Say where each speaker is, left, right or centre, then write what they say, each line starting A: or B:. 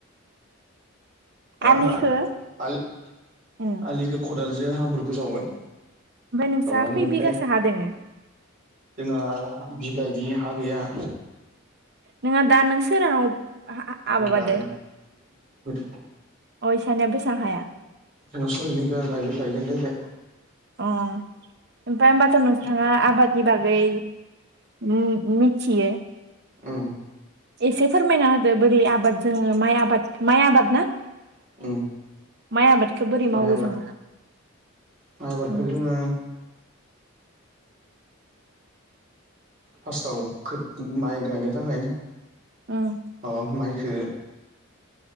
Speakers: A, on the right; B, on the right.
A: हा-हा
B: आलिखौ
A: आलि-आलिखो
B: उम
A: खदालजो हाब्रुखो जावबाय
B: ओमफ्राय नोंस्रा
A: जावनानै
B: खै
A: ओमफाय
B: बिगासो हा दोङो
A: जोंहा बि बेबायदि हा गैया
B: नोंहा दा नों सोरहानाव आ
A: आं
B: माबादो
A: दा <unintelligible>
B: अयसानिया बेसां हाया?
A: जोंहा सय बिघा गायो गायजेनदों दाय
B: अ ओमफाय होमबाथ' नोंथाङा आबादनि बागै उम उम मिथियो
A: उम
B: एसे फोरमायना होदो बोरै आबाद जोंङो माइ आबाद माइ आबाद ना
A: उम
B: माइ आबादखो बोरै मावो
A: माइ आबाद
B: जों
A: माइ आबादखौ
B: उम
A: जोङो फार्स्टआव खोथ माइ गायनो थाखाय
B: उम
A: अ माइखो